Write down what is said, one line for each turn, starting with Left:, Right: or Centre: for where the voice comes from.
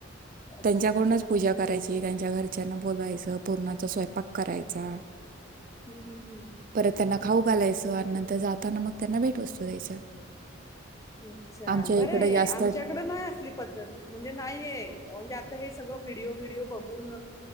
Left: अच्छा.
Right: त्यांच्याकडूनच पूजा करायची, त्यांच्या घरच्यांना बोलवायचं. पूरणाचा स्वयंपाक करायचा.
Left: हम् हम् हम्म.
Right: परत त्यांना खाऊ घालायचं आणि नंतर जाताना मग त्यांना भेट वस्तू द्यायच्या.
Left: अच्छा
Right: आमच्या
Left: बर.
Right: इकडे जास्त
Left: आमच्याकड नाही असली पद्धत, म्हणजे नाहीये म्हणजे आ हे सगळं व्हिडिओ - व्हिडिओ बघून